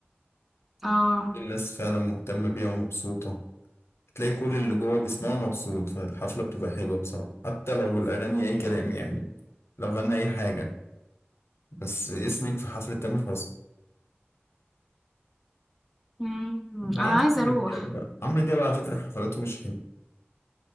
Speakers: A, in the centre; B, on the left.
A: آه.
B: الناس فعلا مهتمة بيها ومبسوطة تلاقي كل اللي جوه بيسمعه مبسوط فالحفلة بتبقى حلوة بصراحة حتى لو الأغاني أي كلام يعني لو غنى أي حاجة بس اسمك في حفلة تامر حسني
A: إمم.
B: ده
A: أنا
B: عكس
A: عايزة
B: عمرو
A: أروح.
B: دياب بقى عمرو دياب على فكرة حفلاته مش حلوة